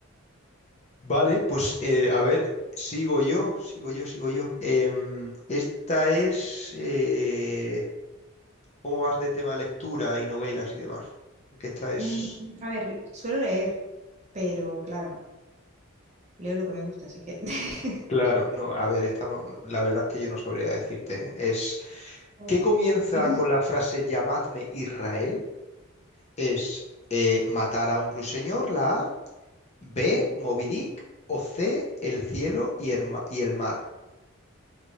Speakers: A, on the left (about 30°); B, on the right (about 30°).
A: Vale, pues eh, a ver, sigo yo, sigo yo, sigo yo. Em, esta es... eh, ¿cómo vas de tema lectura y novelas y demás? Que esta es
B: Mm, a ver, suelo leer, pero claro. leo lo que me gusta, así que... <laughs>
A: Claro, no, a ver, esta no, no, la verdad es que yo no sabría decirte. ¿eh? Es
B: Jolín.
A: ¿qué comienza con la frase llamadme Israel? Es eh, matar a un ruiseñor, la A, B, Moby Dick, o C, el cielo y el, ma- y el mar.